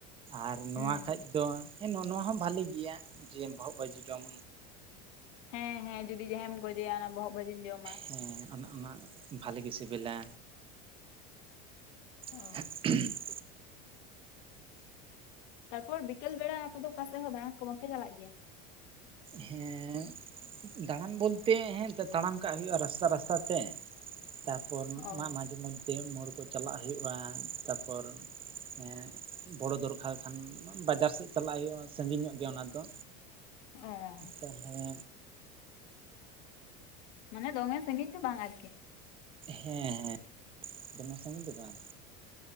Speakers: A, on the right; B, on the left.
A: ᱟᱨ ᱱᱚᱣᱟ
B: ᱦᱩᱸ
A: ᱠᱷᱟᱡ ᱫᱚ ᱦᱮ ᱱᱚ ᱱᱚᱣᱟ ᱦᱚᱸ ᱵᱷᱟᱞᱤ ᱜᱮᱭᱟ ᱡᱮ ᱵᱚᱦᱚᱜ ᱵᱷᱟᱹᱡᱤ ᱡᱚᱢ
B: ᱦᱮᱸ ᱦᱮᱸ ᱡᱩᱫᱤ ᱡᱟᱦᱟᱭᱮᱢ ᱜᱚᱡᱮᱭᱟ ᱚᱱᱟ ᱵᱚᱦᱚᱜ ᱵᱷᱟᱹᱡᱤᱢ ᱡᱚᱢᱟ
A: ᱦᱮᱸ ᱚᱱᱟ ᱟᱢᱟᱜ ᱵᱷᱟᱞᱮ ᱜᱮ ᱥᱮᱵᱮᱞᱟ
B: ᱚ
A: <unintelligible>
B: ᱛᱟᱨᱯᱚᱨ ᱵᱤᱠᱮᱞ ᱵᱮᱲᱟ ᱟᱯᱮ ᱫᱚ ᱚᱠᱟ ᱥᱮᱫ ᱦᱚᱸ ᱫᱟᱬᱟᱱ ᱠᱚ ᱵᱟᱝᱯᱮ ᱪᱟᱞᱟᱜ ᱜᱮᱭᱟ
A: ᱦᱮᱸ ᱫᱟᱬᱟᱱ ᱵᱚᱞᱛᱮ ᱦᱮᱸ ᱛᱟᱲᱟᱢ ᱠᱟᱜ ᱦᱳᱭᱳᱜᱼᱟ ᱨᱟᱥᱛᱟ ᱨᱟᱥᱛᱟ ᱛᱮ ᱛᱟᱨᱯᱚᱨ
B: ᱚ
A: ᱢᱟ ᱢᱟᱡᱷᱮ ᱢᱚᱫᱽᱫᱷᱮ ᱢᱳᱲ ᱠᱚ ᱪᱟᱞᱟᱜ ᱦᱩᱭᱩᱜᱼᱟ ᱛᱟᱨᱯᱚᱨ ᱦᱮᱸ ᱵᱚᱲᱚ ᱫᱚᱨᱠᱟᱨ ᱠᱷᱟᱱ ᱵᱟᱡᱟᱨ ᱥᱮᱫ ᱪᱟᱞᱟᱜ ᱦᱩᱭᱩᱜᱼᱟ ᱥᱟᱺᱜᱤᱧ ᱧᱚᱜ ᱜᱮᱭᱟ ᱚᱱᱟ ᱫᱚ
B: ᱚ
A: ᱛᱟᱞᱦᱮ
B: ᱢᱟᱱᱮ ᱫᱚᱢᱮ ᱥᱟᱺᱜᱤᱧ ᱫᱚ ᱵᱟᱝ ᱟᱨᱠᱤ
A: ᱦᱮᱸ ᱦᱮᱸ ᱫᱚᱢᱮ ᱥᱟᱺᱜᱤᱧ ᱫᱚ ᱵᱟᱝ